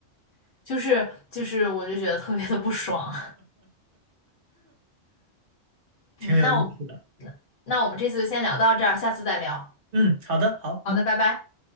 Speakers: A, on the left (about 60°); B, on the right (about 50°).
A: <laughs> 就是就是我就觉得特别的不爽。
B: <laughs> 挺有意思的。
A: <laughs> 嗯，那我们那我们这次就先聊到这儿，下次再聊。
B: 嗯，好的，好，
A: 好的，
B: 嗯。
A: 拜拜。